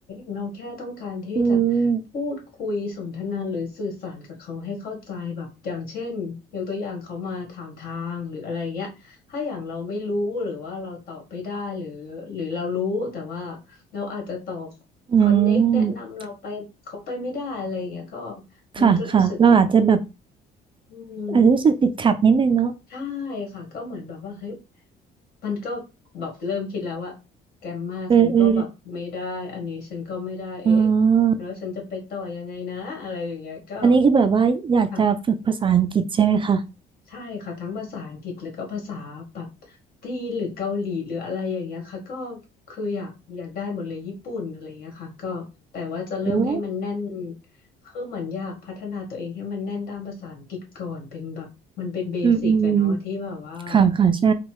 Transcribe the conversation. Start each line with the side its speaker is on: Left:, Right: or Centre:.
Left: เราแค่ต้องการที่จะ
Right: อืม
Left: พูดคุยสนทนาหรือสื่อสารกับเขาให้เข้าใจแบบอย่างเช่นยกตัวอย่างเขามาถามทางหรืออะไรเงี้ยถ้าอย่างเราไม่รู้หรือว่าเราตอบไม่ได้หรือหรือเรารู้แต่ว่าเราอาจจะต่อ
Right: อื
Left: คอนเน็กแนะนำเราไปเขาไปไม่ได้อะไรเงี้ยก็
Right: มค่ะค่ะเราอาจจะแบบ
Left: มันก็รู้สึกแบบอืม
Right: อาจจะรู้สึกติดขัดนิดนึงเนาะ
Left: ใช่ค่ะก็เหมือนแบบว่าเฮ้ย มันก็แบบเริ่มคิดแล้วว่าแกมมาฉันก็แบบไม่ได้อันนี้ฉันก็ไม่ได้เอ๊ะ
Right: เออเอออ๋อ
Left: แล้วฉันจะไปต่อยังไงนะอะไรอย่างเงี้ยก็
Right: อันนี้คือแบบว่าอยากจะฝึกภาษาอังกฤษใช่ไหมคะ
Left: ค่ะใช่ค่ะทั้งภาษาอังกฤษแล้วก็ภาษาแบบจีนหรือเกาหลีหรืออะไรอย่างเงี้ยค่ะก็คืออยากอยากได้หมดเลยญี่ปุ่นอะไรอย่างเงี้ยค่ะก็แต่ว่าจะเริ่มให้มันแน่น
Right: โอ้
Left: คือเหมือนอยากพัฒนาตัวเองให้มันแน่นด้านภาษาอังกฤษก่อนเป็นแบบมันเป็นเบสิกอะเนาะที่แบบว่า
Right: อืมอืมอืมค่ะค่ะใช่